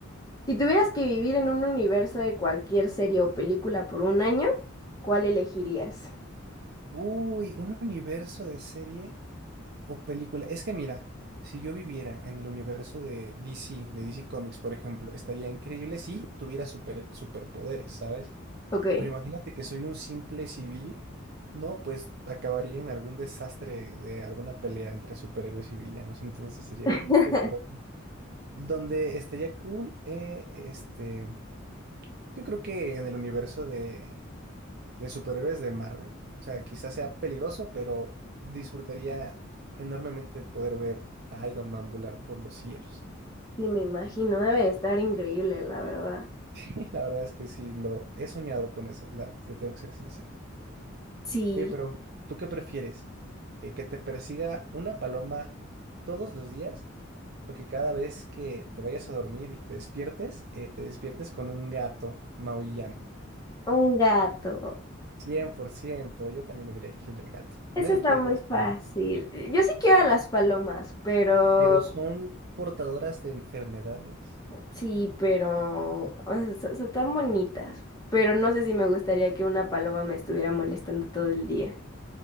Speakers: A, on the left; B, on the right.
A: Si tuvieras que vivir en un universo de cualquier serie o película por un año, ¿cuál elegirías?
B: Uy, un universo de serie o película. Es que mira, si yo viviera en el universo de DC, de DC Comics, por ejemplo, estaría increíble si tuviera super, superpoderes, ¿sabes?
A: Ok.
B: Pero imagínate que soy un simple civil, no, pues acabaría en algún desastre de alguna pelea entre superhéroes y villanos, entonces sería
A: <laughs>
B: como peligroso. Donde estaría cool, eh, este, yo creo que en el universo de, de superhéroes de Marvel. O sea, quizás sea peligroso, pero disfrutaría enormemente poder ver a Iron Man volar por los cielos.
A: Sí, me imagino, debe de estar increíble, la verdad.
B: <laughs> La verdad es que sí, lo he soñado con eso, la, te tengo que ser sincero.
A: Sí.
B: Oye, pero ¿tú qué prefieres? Eh, ¿que te persiga una paloma todos los días o que cada vez que te vayas a dormir y te despiertes, eh, te despiertes con un gato maullando?
A: Un gato.
B: 100%, yo también hubiera elegido el gato.
A: Eso
B: Nadie
A: está
B: quiere
A: muy
B: las
A: fácil.
B: palomas,
A: Yo sí quiero a las palomas, pero
B: pero son portadoras de enfermedades.
A: sí, pero o sea, so- son tan bonitas. Pero no sé si me gustaría que una paloma me estuviera molestando todo el día.